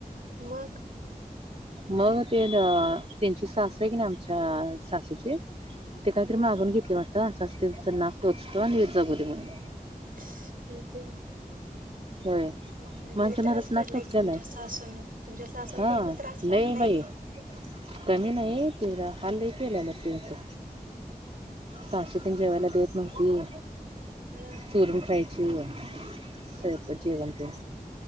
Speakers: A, on the right; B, on the right.
A: मग
B: मग ते अं. त्यांची सासू आहे कनी आमच्या सासूची ते काहीतरी
A: हा
B: मागून घेतली वाटत. असं असं त्याच नाक टोचतो आणि जगुदे म्हणून
A: <unintelligible> आई गं.
B: होय.
A: लई
B: मग आमच्या
A: त्रास
B: नवऱ्याचं नाक
A: काढलाय
B: टोचलेलं
A: की तुमच्या
B: आहे
A: सासून तुमच्या सासून
B: हा
A: पण मग त्रास
B: लय
A: काढलाय
B: बाई
A: की.
B: कमी नाही तेला हाल लई केलेलं त्याचं. सासु तेन जेवायला देत नव्हती.
A: हा.
B: चोरून खायची <unintelligible>
A: हम्म
B: जेवण तेन.